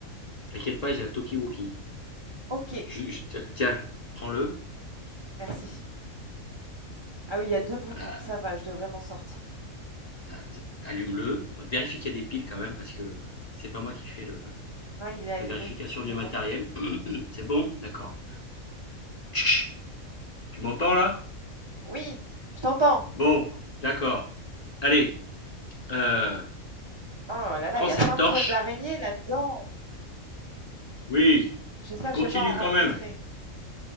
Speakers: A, on the left; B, on the right.
A: T'inquiète pas, j'ai un talkie-walkie.
B: OK,
A: Je je te tiens, prends-le,
B: merci. Ah oui, il y a 2 boutons,
A: a
B: ça va, je devrais m'en sortir.
A: a t allume-le, vérifie qu'il y a des piles quand même parce que c'est pas moi qui fais le
B: Non, il est allumé,
A: la vérification
B: c'est
A: du matériel.
B: bon.
A: <clears throat> C'est bon? D'accord. Tch, Tu m'entends là?
B: Oui, je t'entends.
A: Bon, d'accord. Allez, heu,
B: Oh là là,
A: prends
B: il y
A: cette
B: a plein
A: torche.
B: de toiles d'araignée là-dedans.
A: Oui,
B: J- J'espère que
A: continue
B: j'ai pas en rencontré.
A: quand même,